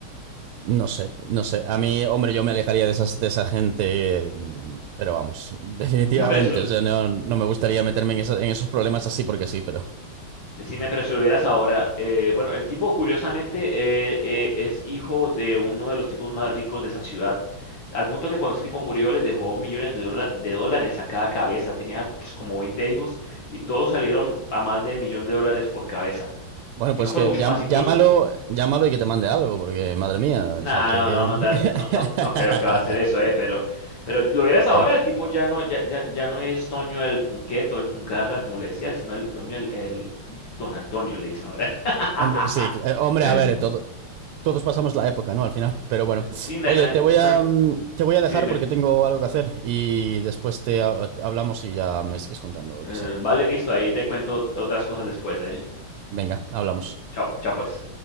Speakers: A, on the right; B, on the left.
A: No sé, no sé. A mí, hombre, yo me alejaría de esas, de esa gente, eh, mm, pero vamos, <laughs> definitivamente.
B: Dijo, pero si lo-
A: O sea, no, no me gustaría meterme en, esa- en esos problemas así porque sí, pero.
B: Decime, pero si lo vieras ahora, eh, bueno, el tipo curiosamente eh, eh, es hijo de uno de los tipos más ricos de esa ciudad, al punto que cuando ese tipo murió les dejó millones de, dola- de dólares a cada cabeza, tenía pues, como 20 hijos y todos salieron a más de millón de dólares por cabeza,
A: Bueno, pues
B: si no fue
A: que
B: mucho
A: llam-
B: más incluso.
A: llámalo, llámalo y que te mande algo, porque madre mía,
B: Nada,
A: o sea, que.
B: no, no va a mandar,
A: <laughs>
B: no, no, no creo que va a hacer eso, eh, pero, pero lo vieras
A: Bueno,
B: ahora, el tipo ya no, ya, ya, ya no es Toño el Punqueto, el Puncarra, como le decían, sino el Toño el, el Don Antonio, le dicen ahora. <laughs>
A: hombre, sí, cl- eh, hombre,
B: <laughs>
A: a ver, todo- todos pasamos la época, ¿no? Al final, pero bueno.
B: Sí, no
A: Oye,
B: hay- no hay-
A: te voy
B: no
A: a,
B: hay-
A: mm, te voy a
B: sí,
A: dejar
B: dime.
A: porque tengo algo que hacer y después te ha- hablamos y ya me sigues contando lo
B: Eh,
A: que sea.
B: vale, listo, ahí te cuento ot- otras cosas después, ¿eh?
A: Venga, hablamos.
B: Chao, chao pues.